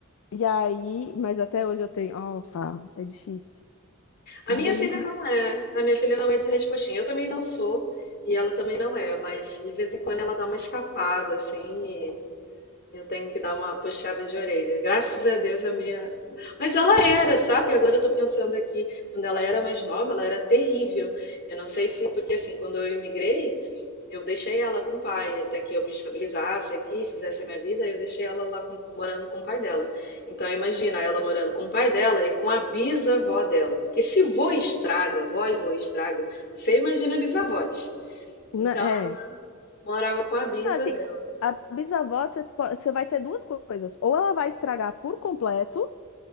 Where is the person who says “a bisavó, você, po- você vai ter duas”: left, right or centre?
Left